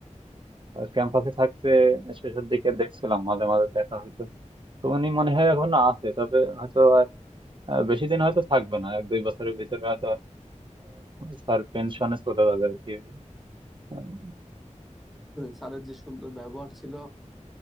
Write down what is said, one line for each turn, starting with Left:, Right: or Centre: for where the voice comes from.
Right: ক্যাম্পাসে থাকতে শেষের দিকে দেখছিলাম মাঝে মাঝে দেখা হইতো তো উনি মনে হয় এখনো আছে তবে হয়তো আর আহ, বেশি দিন হয়তো থাকবে না এক দুই বছরের ভিতরে হয়তো স্যার পেনশনে চলে যাবে আর কি আহ,
Centre: স্যারের যে সুন্দর ব্যবহার ছিল